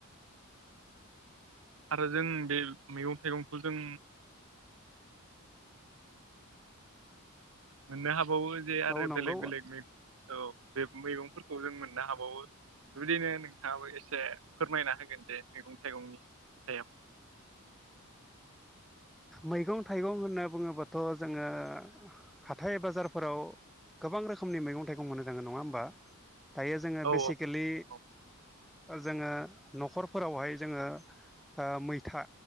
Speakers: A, on the right (about 65°); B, in the centre.
A: आरो जों बे मैगं थाइगंखौ जों मोननो हाबावो जे आरो
B: औ नंगौ
A: बेलेग
B: औ
A: बेलेग मै औ बे मैगंफोरखौ जों मोननो हाबावो। बिदिनो नोंथाङाबो एसे फोरमायना होगोन जे मैगं थाइगंनि सायाव।
B: मैगं थाइगं होनना बुङोबाथ' जोङो हाथाय बाजारफोराव गोबां रोखोमनि मैगं थाइगं होनो जाङोन नङा होमबा? दायो जोङो
A: औ
B: बेसिकेलि
A: औ
B: जोङो न'खरफोरावहाय जोङो ओ मैथा